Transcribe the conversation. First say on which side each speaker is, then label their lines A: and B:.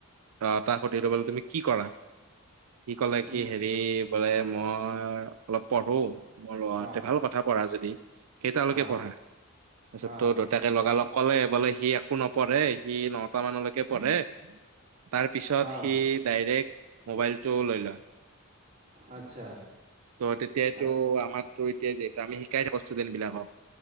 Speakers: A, on the right (about 80°); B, on the right (about 30°).
A: আহ তাক সুধ লব তুমি কি কৰা কি কলে কি
B: উম,
A: হেৰি বোলে মই অলপ পঢ়ো মোৰ লৰাতে
B: অ',
A: ভাল কথা পঢ়া যদি কেইটালৈকে
B: অ',
A: পঢ়া তাৰপিছত
B: অ',
A: ত দেউতাকে লগালগ ক'লে বলে সি একো নপঢ়ে সি নটা মানলৈকে পঢ়ে তাৰ পিছত
B: অ',
A: সি ডাইৰেক্ট মোবাইলটো লৈ লয়
B: আচ্ছা,
A: ত তেতিয়ো
B: আচ্ছা, আচ্ছা,
A: আমাৰৰিতে যেটো আমি শিকাই থাকো ষ্টুডেন্ট বিলাকক